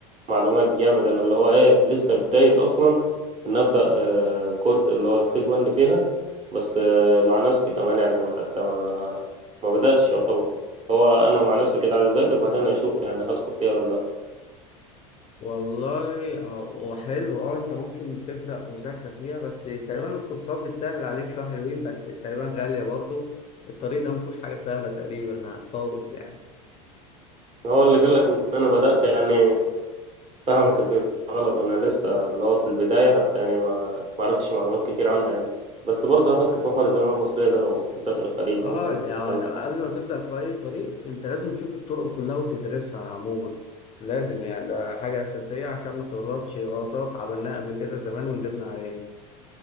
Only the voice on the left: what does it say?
والله آه، هو حلو اه انت ممكن تبدأ مذاكرة فيها بس تقريبا الكورسات بتسهل عليك شوية حلوين بس تقريبا غالية برضو الطريق ده مفهوش حاجة سهلة تقريبا خالص يعني
اه
يعني
قبل
ما تبدأ في أي طريق انت لازم تشوف الطرق كلها وتدرسها عموما لازم يعني ده حاجة أساسية عشان ما تغلطش غلطات عملناها قبل كده زمان وندمنا عليها